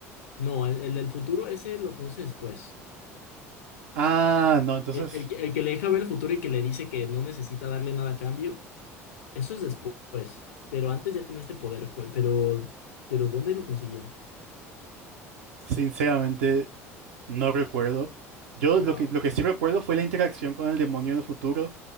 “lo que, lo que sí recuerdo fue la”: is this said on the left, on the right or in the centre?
Right